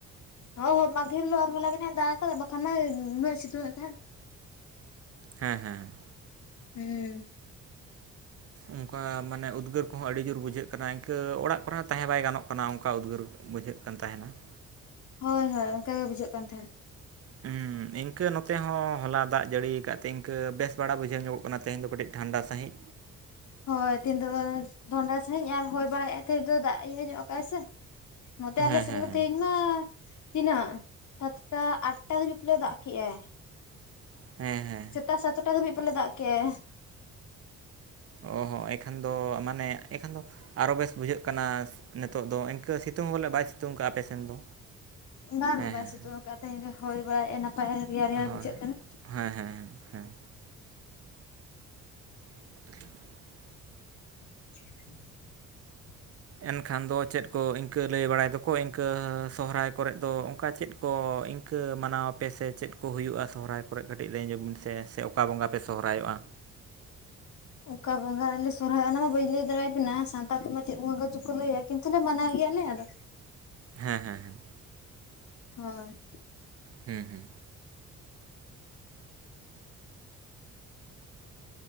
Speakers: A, on the left; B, on the right.
A: ᱦᱚ ᱦᱚᱸ ᱢᱟᱫᱷᱮᱨ ᱦᱤᱞᱳ ᱟᱨ ᱦᱚᱸᱞᱟ ᱜᱮᱱᱟᱜ ᱫᱟᱜ ᱟᱠᱟᱫᱟ ᱵᱟᱠᱷᱟᱱ ᱢᱟ ᱩᱱᱟᱹᱜ ᱥᱤᱛᱩᱝ ᱮᱫ ᱛᱟᱦᱮᱸᱫ
B: ᱦᱮᱸ ᱦᱮᱸ
A: ᱦᱩ
B: ᱚᱱᱠᱟ ᱢᱟᱱᱮ ᱩᱫᱽᱜᱟᱹᱨ ᱠᱚᱦᱚᱸ ᱟᱹᱰᱤ ᱡᱳᱨ ᱵᱩᱡᱷᱟᱹᱜ ᱠᱟᱱᱟ ᱤᱱᱠᱟᱹ ᱚᱲᱟᱜ ᱠᱚᱨᱮ ᱦᱚᱸ ᱛᱟᱦᱮᱸ ᱵᱟᱭ ᱜᱟᱱᱚᱜ ᱠᱟᱱᱟ ᱚᱱᱠᱟ ᱩᱫᱽᱜᱟᱹᱨ ᱵᱩᱡᱷᱟᱹᱜ ᱠᱟᱱ ᱛᱟᱦᱮᱱᱟ ᱾
A: ᱦᱳᱭ ᱦᱳᱭ ᱚᱱᱠᱟ ᱜᱮ ᱵᱩᱡᱷᱟᱹᱜ ᱠᱟᱱ ᱛᱟᱦᱮᱱᱟ ᱾
B: ᱦᱩᱸ ᱤᱱᱠᱟᱹ ᱱᱚᱛᱮ ᱦᱚᱸ ᱦᱚᱞᱟ ᱫᱟᱜ ᱡᱟᱹᱲᱤᱭᱟ ᱟᱠᱟᱫ ᱛᱮ ᱤᱱᱠᱟᱹ ᱵᱮᱥ ᱵᱟᱲᱟ ᱵᱩᱡᱷᱟᱹᱣ ᱧᱚᱜ ᱠᱟᱱᱟ ᱛᱮᱦᱮᱧ ᱫᱚ ᱠᱟᱹᱴᱤᱡ ᱴᱷᱟᱱᱰᱟ ᱥᱟᱺᱦᱤᱡ
A: ᱦᱳᱭ ᱫᱤᱱ ᱫᱚ ᱰᱷᱚᱱᱰᱟ ᱥᱟᱺᱦᱤᱡ ᱟᱨ ᱦᱚᱭ ᱵᱟᱲᱟᱭᱮᱫ ᱛᱟᱦᱮᱸ ᱫᱚ ᱫᱟᱜ ᱤᱭᱟᱹ ᱧᱚᱜ ᱠᱟᱜᱟᱭ ᱥᱮ ᱱᱚᱛᱮ ᱟᱞᱮ
B: ᱦᱮᱸ
A: ᱥᱮᱫ
B: ᱦᱮᱸ
A: ᱢᱟ
B: ᱦᱮᱸ
A: ᱛᱮᱦᱮᱧ ᱢᱟᱼᱼ ᱛᱤᱱᱟᱹᱜ ᱥᱟᱛᱴᱟ ᱟᱴᱴᱟ ᱫᱷᱟᱹᱵᱤᱡ ᱯᱟᱞᱮ ᱫᱟᱜ ᱠᱮᱫᱮᱜᱼᱟ᱾
B: ᱦᱮᱸ ᱦᱮᱸ᱾
A: ᱥᱮᱛᱟᱜ ᱥᱟᱛᱴᱟ ᱫᱷᱟᱹᱵᱤᱡ ᱯᱟᱞᱮ ᱫᱟᱜ ᱠᱮᱜᱼᱟ᱾
B: ᱚ ᱦᱚᱸ ᱮᱱᱠᱷᱟᱱ ᱫᱚ ᱮᱱᱠᱷᱟᱱ ᱫᱚ ᱟᱨᱚ ᱵᱮᱥ ᱵᱩᱡᱷᱟᱹᱜ ᱠᱟᱱᱟ ᱱᱤᱛᱚᱜ ᱫᱚᱼᱼ ᱥᱤᱛᱩᱝ ᱵᱚᱞᱮ ᱵᱟᱭ ᱥᱤᱛᱩᱝ ᱟᱠᱟᱫᱼᱟ ᱟᱯᱮ ᱥᱮᱱ ᱫᱚ᱾
A: ᱵᱟᱝᱼᱟ
B: ᱦᱮᱸ
A: ᱵᱟᱭ
B: ᱦᱮᱸ
A: ᱥᱤᱛᱩᱝ ᱟᱠᱟᱫᱟ ᱛᱮᱦᱮᱧ ᱫᱚ ᱦᱚᱭ ᱵᱟᱲᱟᱭᱮᱫᱼᱟ ᱱᱟᱯᱟᱭ ᱨᱮᱭᱟᱲ ᱨᱮᱭᱟᱲ
B: ᱦᱳᱭ
A: ᱵᱩᱡᱷᱟᱹᱜ ᱠᱟᱱᱟ᱾
B: ᱦᱮᱸ ᱦᱮᱸ᱾ <unintelligible> ᱦᱮᱸ᱾ <unintelligible> ᱼᱼ
A: <unintelligible> ᱼᱼ
B: ᱮᱱᱠᱷᱟᱱ ᱫᱚ ᱪᱮᱫ ᱠᱚ ᱤᱱᱠᱟᱹ ᱞᱟᱹᱭ ᱵᱟᱲᱟᱭ ᱫᱚᱠᱚ ᱤᱱᱠᱟᱹ ᱥᱚᱦᱨᱟᱭᱼᱼ ᱠᱚᱨᱮᱫ ᱫᱚ ᱚᱱᱠᱟ ᱪᱮᱫ ᱠᱚ ᱤᱱᱠᱟᱹ ᱢᱟᱱᱟᱣ ᱟᱯᱮ ᱥᱮ ᱪᱮᱫ ᱠᱚ ᱦᱩᱭᱩᱜᱼᱟ ᱥᱚᱦᱨᱟᱭ ᱠᱚᱨᱮ ᱠᱟᱹᱴᱤᱡ ᱞᱟᱹᱭ ᱧᱚᱜᱽ ᱵᱤᱱ ᱥᱮ ᱼᱼᱼ ᱚᱠᱟ ᱵᱚᱸᱜᱟ ᱯᱮ ᱥᱚᱦᱚᱨᱟᱭᱚᱜᱼᱟ?
A: ᱚᱱᱠᱟ ᱵᱚᱸᱜᱟ ᱟᱞᱮ ᱥᱚᱨᱦᱟᱭ ᱚᱱᱟ ᱢᱟ ᱵᱟᱹᱧ ᱞᱟᱹᱭ ᱫᱟᱲᱮᱭᱟᱵᱮᱱᱟ᱾ ᱥᱟᱱᱛᱟᱲ ᱛᱮᱢᱟ ᱪᱮᱫ ᱵᱚᱸᱜᱟ ᱪᱚᱠᱚ ᱞᱟᱹᱭᱟ ᱠᱤᱱᱛᱩ ᱞᱮ ᱢᱟᱱᱟᱣ ᱜᱮᱭᱟᱞᱮ ᱟᱫᱚᱼᱼ
B: ᱦᱮᱸ ᱦᱮᱸ ᱦᱮᱸ᱾
A: ᱦᱳᱭ᱾
B: ᱦᱮᱸ ᱦᱮᱸ᱾